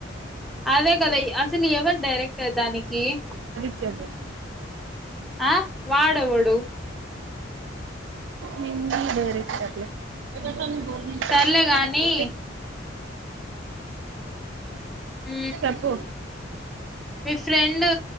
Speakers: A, in the centre; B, on the right.
A: అదే కదా అసలు ఎవరు డైరెక్టర్ దానికి కి
B: త్య గ
A: ఆ వాడెవడు
B: హిందీ డైరెక్టర్ లె <unintelligible>
A: సర్లే గాని
B: ఉ
A: మ్
B: చెప్పు
A: మీ ఫ్రెండూ